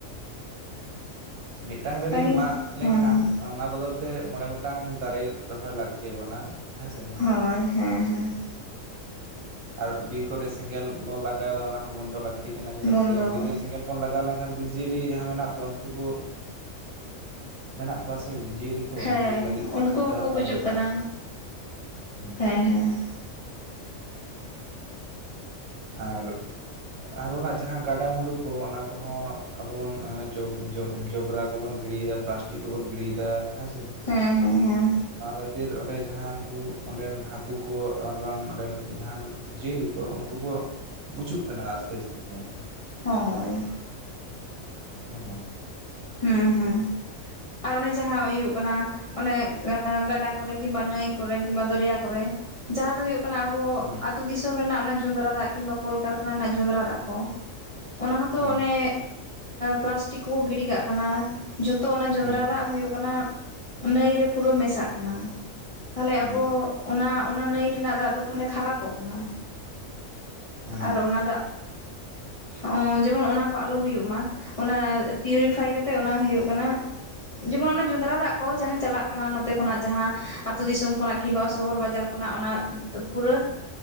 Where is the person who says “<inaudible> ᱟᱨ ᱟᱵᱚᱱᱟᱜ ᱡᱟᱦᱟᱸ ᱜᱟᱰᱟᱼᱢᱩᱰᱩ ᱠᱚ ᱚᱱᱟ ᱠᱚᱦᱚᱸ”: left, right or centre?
Right